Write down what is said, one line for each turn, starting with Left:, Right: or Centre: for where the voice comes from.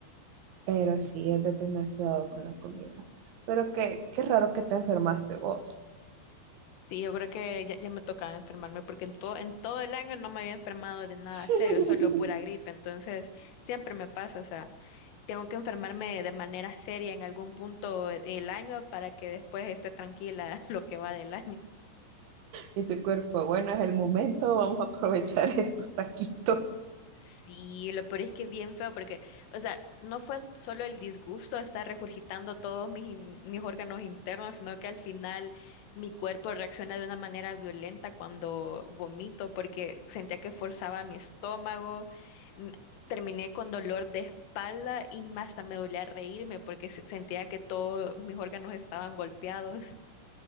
Right: Pero sí, es de tener cuidado con la comida. Pero qué, qué raro que te enfermaste vos.
Left: Sí, yo creo que ya, ya me tocaba enfermarme porque en todo, en todo el año no me había enfermado de nada
Right: <laughs>
Left: serio, solo pura gripe. Entonces, siempre me pasa, o sea, tengo que enfermarme de manera seria en algún punto el año para que después esté tranquila <laughs> lo que va del año.
Right: Y tu cuerpo, bueno, es el momento, vamos a aprovechar <laughs> estos taquitos.
Left: Sí, lo peor es que es bien feo porque, o sea, no fue solo el disgusto de estar regurgitando todos mis, in- mis órganos internos, sino que al final mi cuerpo reacciona de una manera violenta cuando vomito porque sentía que forzaba mi estómago, m- terminé con dolor de espalda y hasta me dolía reírme porque se- sentía que todos mis órganos estaban golpeados.